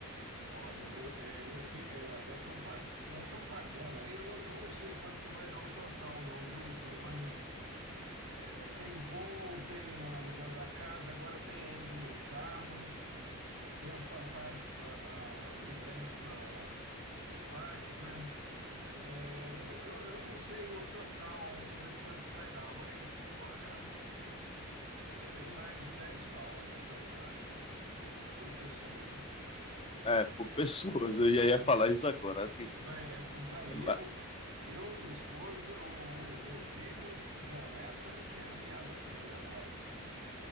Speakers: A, on the right (about 60°); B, on the left (about 25°).
A: Olha, meu, é, meu filho, é, ó, nós estamos pagando, nós estamos pagando aí, eu não, eu não sei quanto que vai dar o total, não, viu, Ítalo? Mas É, tem voo, tem o aluguel da casa, agora tem ainda o carro, tem as passagens para os ingressos para os parques, né? É, eu, não, eu, não- eu não sei o total ainda quanto que vai dar, mas olha, é bem mais de 10 pau isso aí, eu acho que um- por pessoa, né?
B: É, por <laughs> pessoas, eu
A: <laughs>
B: ia ia
A: Por
B: falar
A: pessoa.
B: isso agora, assim.
A: Vai, é, vai
B: Ma-
A: eu, eu, minha esposa, o meu filho, a minha neta e a minha, no- e a minha nora.